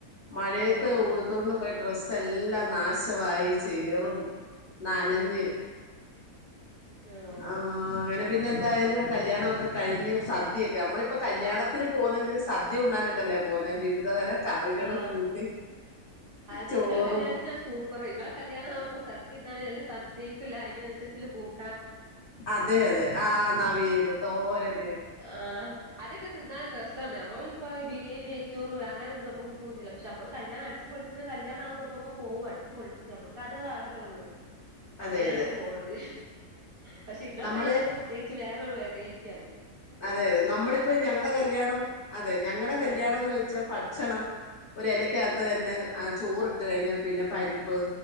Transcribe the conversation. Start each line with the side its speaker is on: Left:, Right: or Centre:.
Left: മഴത്ത്
Right: ഓഹ്
Left: ഉടുത്തൊണ്ട് പോയി ഡ്രസ്സ് എല്ലം നാശമായി ചേറും നനഞ്ഞ്
Right: ഓഹ്
Left: ആ അങ്ങനെ പിന്നെ എന്തായാലും കല്യാണം ഒക്കെ കഴിഞ്ഞ് സദ്യയൊക്കെ നമ്മളിപ്പോൾ കല്യാണത്തിന് പോകുന്നെങ്കിൽ സദ്യ ഉണ്ടാനായിട്ടല്ലേ പോകുന്നത് വിവിധ തരം കറികളും
Right: ആ
Left: കൂട്ടി
Right: അത്
Left: ചോറും
Right: ഇങ്ങള് കല്യാണത്തിന് സൂപ്പ പ്പർ ഇങ്ങള് കല്യാണം ആകു സദ്യ തിന്നാനെ നല്ല സദ്യ സെരിക്കുള്ള ആയിരംറെസിപ്റ്റ്ല്ല് പോവും
Left: അതെ അതെ ആ നവിയല് തോരൻ
Right: ആ അതക്ക തിന്നാന് രസം നമ്മളിപ്പൊഈ ബിരിയാണി നെയച്ചോറ് അങ്ങനൊന്നും നമുക്ക് പൂതില്ല പക്ഷെ നമ്മ കല്യാണം അടിച്ച് പൊളിച്ച് കല്യാണ ആകുമ്പോ നമുക്ക് പോകും അടിച്ച് പൊളിച്ച് നമ്മക്ക് അത് ആഗ്രഹഉള്ളൂ
Left: അതെ
Right: അങ്ങനെ
Left: അതെ
Right: നമ്മള് പോണത് പക്ഷെ ഇന്താ
Left: നമ്മള്
Right: കല്യാണം പ്രത്യേകിച്ച് വേറെ വെറൈറ്റി ആണ്
Left: അതെ അതെ നമ്മളിപ്പോ ഞങ്ങളടെ കല്യാണോ അതെ ഞങ്ങളടെ കല്യാണം
Right: ആഹ്
Left: എന്ന് വെച്ചാ ഭക്ഷണം ഒരെലയ്ക്കകത്ത് തന്നെ ആ ചോറി ഇട്ട് കഴിഞ്ഞാൽ പിന്നെ പരിപ്പ്